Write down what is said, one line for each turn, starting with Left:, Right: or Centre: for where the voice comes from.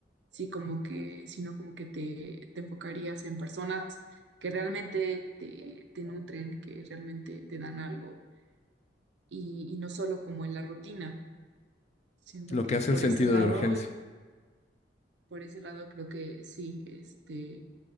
Right: Sí, como que, sino como que te, te enfocarías en personas que realmente te, te nutren, que realmente te dan algo y, y no solo como en la rutina. Siento
Left: Lo
Right: que
Left: que hace
Right: por
Left: el sentido
Right: ese lado,
Left: de urgencia.
Right: por ese lado creo que sí, este